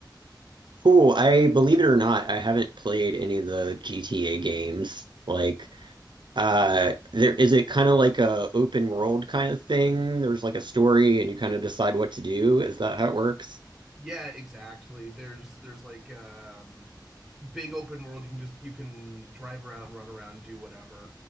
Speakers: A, on the right; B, in the centre.
A: Cool. I believe it or not, I haven't played any of the GTA games. Like Uh, there is it kind of like a open world kind of thing? There's like a story and you kind of decide what to do. Is that how it works?
B: Yeah, exactly. There's there's like um big open world. You can just you can drive around, run around, do whatever.